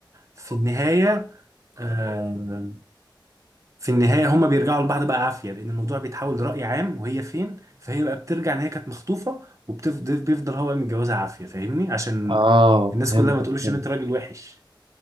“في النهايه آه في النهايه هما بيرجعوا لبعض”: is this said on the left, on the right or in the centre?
Right